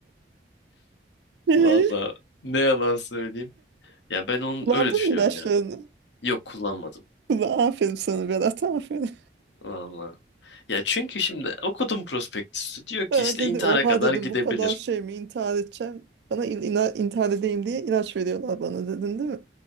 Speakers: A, on the right; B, on the left.
A: <laughs> Ee,
B: valla ne yalan söyleyeyim. Ya ben onu
A: Kullandın
B: öyle düşünüyorum
A: mı ilaçlarını?
B: ya. Yok kullanmadım.
A: Ulan Aferin sana Berat aferin.
B: Valla. Ya çünkü şimdi okudum prospektüsü. Diyor ki
A: Ben
B: işte
A: dedi,
B: intihara
A: oha
B: kadar
A: dedim
B: gidebilir.
A: bu kadar şey mi intihar edeceğim. Bana il- ina- intihar edeyim diye ilaç veriyorlar bana dedin değil mi?